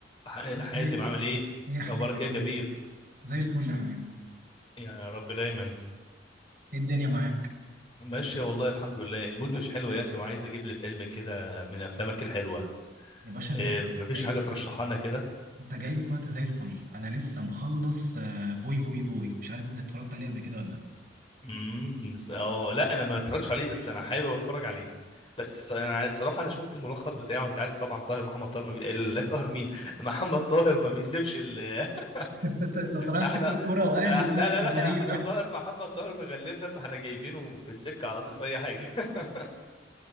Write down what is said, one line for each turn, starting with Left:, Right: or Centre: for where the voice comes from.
Left: ح- حازم
Right: ايه
Left: عامل ايه
Right: يا حبيبي
Left: اخبارك إيه
Right: عامل
Left: يا كبير
Right: ايه؟ زي الفل يا حبيبي،
Left: يعني يا رب دايما
Right: ايه الدنيا معاك؟
Left: ماشية والله الحمد لله المود مش حلو يا اخي وعايز اجيب لي فيلم كده من افلامك الحلوة
Right: يا باشا انت
Left: إيه مفيش
Right: جاي
Left: حاجة
Right: لي
Left: ترشحها لنا كده
Right: انت جاي لي في وقت زي الفل، انا لسه مخلص آه، فوي فوي فوي، مش عارف انت اتفرجت عليه قبل كده ولا لا؟
Left: امم اه لا انا ما اتفرجش عليه بس انا حابب اتفرج عليه بس ص- انا الصراحة انا شفت الملخص بتاعه انت عارف طبعا طاهر محمد طاهر ما بي... ال- <laughs> طاهر مين محمد طاهر ما بيسيبش ال... <laughs>
Right: <laughs> انت انت انت رايح
Left: احنا
Right: سكه كوره واهلي
Left: احنا
Right: وقصه
Left: لا لا لا
Right: غريبه
Left: احنا طاهر محمد طاهر مغلبنا فاحنا جايبينه في السكة على طول في اي حاجة <laughs>